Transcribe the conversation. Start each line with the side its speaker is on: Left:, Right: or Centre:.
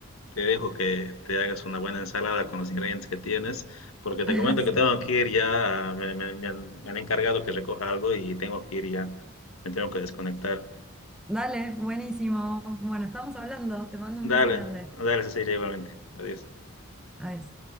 Left: te dejo que te hagas una buena ensalada con los ingredientes que tienes, porque te
Centre: <laughs>
Left: comento
Centre: Sí.
Left: que tengo que ir ya, me, me- me han, me han encargado que recoja algo y tengo que ir ya, me tengo que desconectar.
Centre: Dale, buenísimo. Bueno, estamos hablando. Te mando
Left: Dale,
Centre: un beso grande.
Left: dale, Cecilia, igualmente. Adiós.
Centre: Adiós.